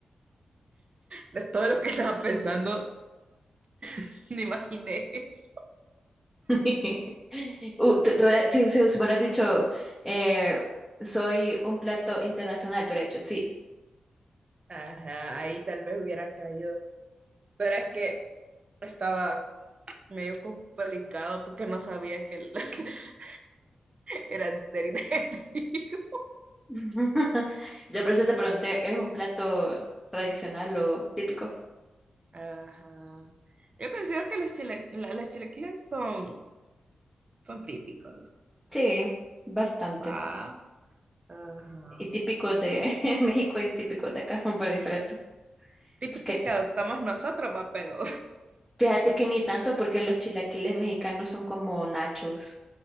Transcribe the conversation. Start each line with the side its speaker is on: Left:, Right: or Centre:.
Right: De todo lo que estaba pensando, <laughs> ni imaginé eso.
Centre: <laughs> Uh, tú- tú hubieras- si, si, si me lo has dicho, eh, soy un plato internacional, tú hubieras dicho, sí.
Right: Ajá, ahí tal vez hubiera caído. Pero es que estaba medio complicado porque no sabía que el- <laughs> eran de harina de trigo.
Centre: <laughs> Yo por eso te pregunté, ¿es un plato tradicional o típico?
Right: Ajá. Yo considero que los chile- la- las chilaquiles son, son típicos.
Centre: Sí, bastante.
Right: ¿va? Ajá.
Centre: Y típico de <laughs> México y típico de acá, <laughs> pero diferentes.
Right: Típicos
Centre: Porque
Right: que adoptamos nosotros, va, pero
Centre: fíjate que ni tanto, porque los chilaquiles mexicanos son como nachos.